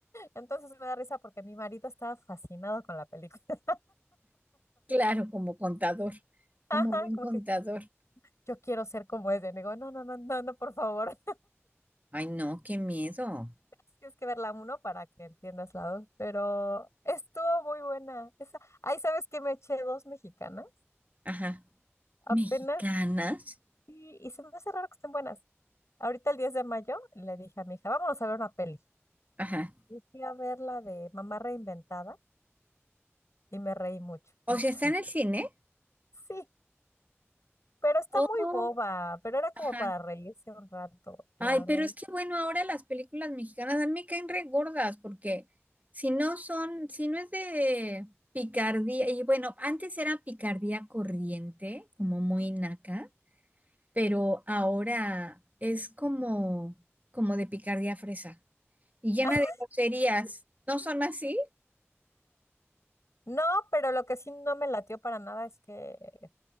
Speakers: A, on the left; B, on the right.
A: Entonces me da risa porque mi marido estaba fascinado con la película.
B: Claro, como contador,
A: Ajá,
B: como buen
A: como
B: contador.
A: que yo quiero ser como ese. Le digo, no, no, no, no, no, por favor.
B: Ay, no, qué miedo.
A: <laughs> Tienes que ver la uno para que entiendas la dos. Pero estuvo muy buena. Esa... Ay, ¿sabes qué? Me eché dos mexicanas
B: Ajá.
A: apenas
B: Mexicanas.
A: y, y se me hace raro que estén buenas. Ahorita el 10 de mayo le dije a mi hija, vámonos a ver una peli.
B: Ajá.
A: Y fui a ver la de Mamá Reinventada y me reí mucho,
B: O
A: mucho.
B: sea, está en el cine.
A: Sí, pero está
B: Oh,
A: muy boba, pero era como
B: Ajá.
A: para reírse un rato, la
B: Ay,
A: verdad.
B: pero es que bueno, ahora las películas mexicanas a mí me caen re gordas porque si no son, si no es de picardía, y bueno, antes era picardía corriente, como muy naca, pero ahora es como, como de picardía fresa y llena
A: <laughs>
B: de groserías. ¿No son así?
A: No, pero lo que sí no me latió para nada es que